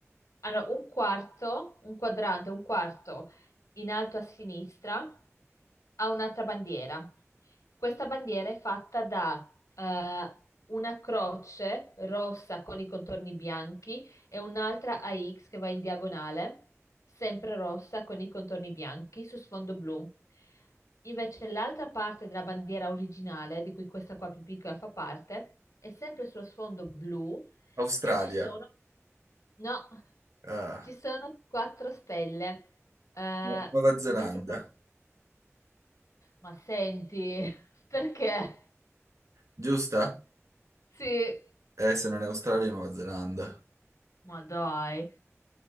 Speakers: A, on the left (about 90°); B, on the right (about 80°).
A: allora, un quarto, un quadrante, un quarto in alto a sinistra, ha un'altra bandiera. Questa bandiera è fatta da eh, una croce rossa con i contorni bianchi e un'altra a X che va in diagonale, sempre rossa con i contorni bianchi su sfondo blu. Invece l'altra parte della bandiera originale, di cui questa qua più piccola fa parte, è sempre sullo sfondo blu
B: Australia,
A: e ci sono, no,
B: Ah.
A: ci sono quattro stelle eh,
B: Nu- Nuova Zelanda,
A: messe proprio. Ma senti, <laughs> perché?
B: giusta?
A: Sì,
B: Eh, se non è Australia, Nuova Zelanda.
A: Ma dai,